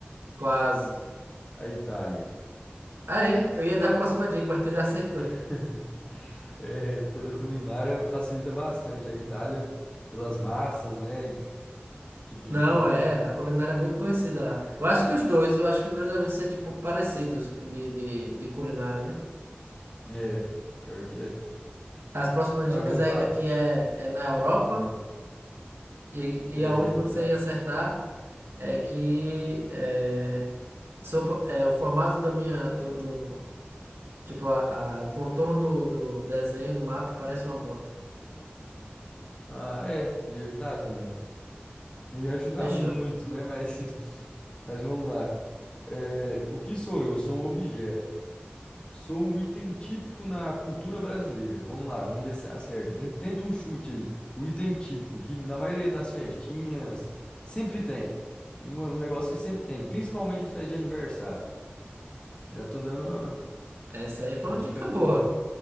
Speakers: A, on the right (about 80°); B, on the left (about 25°).
A: Quase.
B: A Itália.
A: Ah, é? Eu ia dar a próxima dica, mas tu já aceitou.
B: <laughs> É, pela culinária facilita bastante. A Itália, pelas massas, né? e Esse tipo de
A: Não,
B: coisa.
A: é. A culinária é muito conhecida lá. Eu acho que os dois, eu acho que os dois devem ser, tipo, parecidos de, de, de culinária, né?
B: É, pior que é.
A: As próximas
B: Cara,
A: dicas
B: vamos
A: ainda
B: lá.
A: que é, é na Europa.
B: Ah,
A: E,
B: é,
A: e a última
B: ia ajudar.
A: que você ia acertar é que é, sopa- é, o formato da minha. Do, do- tipo, a- a- o contorno do, do desenho do mapa parece uma bota.
B: Ah, é, ia ajudar também. Não ia ajudar
A: Fechou.
B: muito, né? Mas, <laughs> mas vamos lá. É, o que sou eu? Sou um objeto. Sou um item típico na cultura brasileira. Vamos lá, vamos ver se acerta. Ten- Tenta um chute aí. O item típico, que na maioria das festinhas sempre tem. Um, um negócio que sempre tem, principalmente em festa de aniversário. Já tô dando uma,
A: Essa aí foi
B: uma
A: uma
B: dica
A: dica
B: boa.
A: boa.